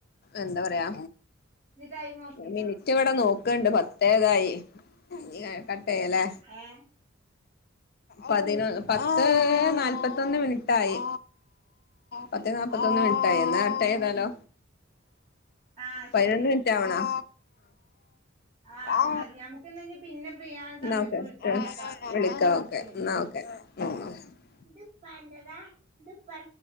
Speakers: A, on the left; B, on the right.
A: എന്താ പറയാ
B: ഇജ്ജ് ടൈം നോക്കീന്നോ
A: മിനിറ്റ് ഇവിടെ നോക്കണ്ട് പത്തേതായി ഇനി കട്ട് യ്യാലേ
B: ഏഹ്
A: പതിന പത്ത് നാല്പത്തൊന്ന് മിനിട്ടായി പത്തെ നാല്പ്പത്തൊന്ന് മിനിട്ടായി എന്നാ കട്ട് ചെയ്താലോ
B: ആഹ്
A: പതിനൊന്ന്
B: ശരി
A: മിനിറ്റ് ആവണോ
B: ആഹ്
A: ആ
B: അത് മതി ഞമുക്ക് ഇന്നാ ഇഞ്ഞ് പിന്നെ ഫ്രീ ആവ്ണ
A: എന്ന
B: സമയത്ത്
A: ഓക്കെ
B: വിളിച്ചോക്കാട്ടോ
A: വിളിക്ക ഓക്കെ
B: ശരി
A: എന്ന ഓ ആ
B: ഇത് ഇപ്പാന്റെതാ ഇത് ഇപ്പാ